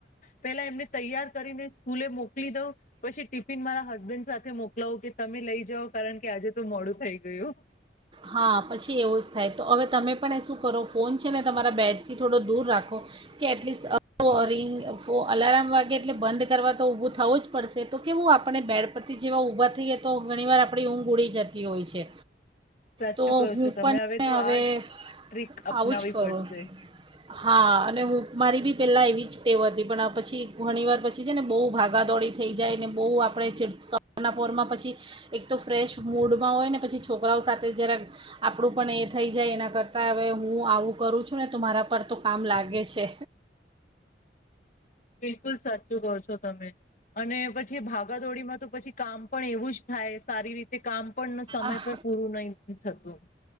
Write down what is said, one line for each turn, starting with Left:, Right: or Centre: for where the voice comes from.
Left: પેલા એમને તૈયાર કરીને સ્કૂલે મોકલી દઉં, પછી ટિફિન મારા હસબન્ડ સાથે મોકલાવું કે તમે લઈ જાઓ કારણ કે આજે તો મોડું થઈ ગયું.
Right: હા પછી એવું જ થાય તો હવે તમે પણ એ શું કરો ફોન છે ને તમારા બેડથી થોડો દૂર રાખો કે, એટલીસ્ટ રિંગો અલાર્મ વાગે એટલે બંધ કરવા તો ઊભું થવું જ પડશે તો કે હું આપણે બેડ પરથી જેવા ઊભા થઈએ તો ઘણીવાર આપણી ઊંઘ ઉડી જતી હોય છે.
Left: સાચું
Right: તો
Left: કહો
Right: હું
Left: છો તમે
Right: પણ
Left: તો
Right: હવે
Left: આજ
Right: આવું
Left: ટ્રીક અપનાવી
Right: જ કરું,
Left: પડશે
Right: હા અને હું મારી બી પહેલાં એવી જ ટેવ હતી પણ પછી ઘણીવાર પછી છે ને બહુ ભાગાદોડી થઈ જાય ને બહુ આપણે સનાપરમાં પછી, એક તો ફ્રેશ મૂડમાં હોય ને પછી છોકરાઓ સાથે જરાક, આપણું પણ એ થઈ જાય એના કરતાં હવે હું આવું કરું છું ને તો મારા પર તો કામ લાગે છે.
Left: બિલકુલ સાચું કહો છો તમે, અને પછી ભાગાદોડીમાં તો પછી કામ પણ એવું જ થાય સારી રીતે કામ પણ સમય
Right: આહ
Left: પર પૂરું નહી થતું.